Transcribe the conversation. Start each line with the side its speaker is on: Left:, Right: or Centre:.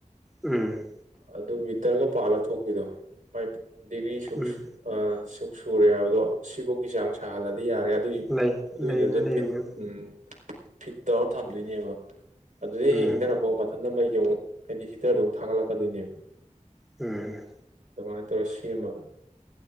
Centre: ꯎꯝ
Right: ꯑꯗꯨ ꯃꯤꯇꯔꯒ ꯄꯥꯜꯂ ꯊꯣꯛꯄꯤꯗꯣ ꯃꯥꯏ ꯗꯤꯒ꯭ꯔꯤ ꯁꯨꯛ
Centre: ꯎꯝ
Right: ꯑꯥ ꯁꯨꯛ ꯁꯨꯔꯦ ꯍꯥꯏꯕꯗꯣ ꯁꯤꯐꯥꯎꯒꯤ ꯆꯥꯡ ꯁꯥꯍꯜꯂꯗꯤ ꯌꯥꯔꯦ ꯑꯗꯨꯏꯒꯤ
Centre: ꯂꯩ
Right: ꯑꯗꯨꯒꯤꯗꯨꯗ
Centre: ꯂꯩꯕꯅꯤ ꯂꯩꯕꯅꯤ
Right: ꯐꯤꯠ ꯎꯝ ꯐꯤꯠ ꯇꯧꯔ ꯊꯝꯗꯣꯏꯅꯦꯕ ꯑꯗꯨꯗꯩ
Centre: ꯎꯝ
Right: ꯍꯥꯟꯊꯔꯛꯄ ꯑꯣ ꯃꯊꯟꯇ ꯃꯩꯁꯦ ꯑꯃꯨꯛ ꯍꯥꯏꯗꯤ ꯍꯤꯇꯥꯔꯗ ꯑꯃꯨꯛ ꯊꯒꯠꯂꯛꯀꯗꯣꯏꯅꯦꯕ
Centre: ꯎꯝ
Right: ꯑꯗꯨꯃꯥꯏꯅ ꯇꯧꯔꯒ ꯁꯦꯝꯃꯒ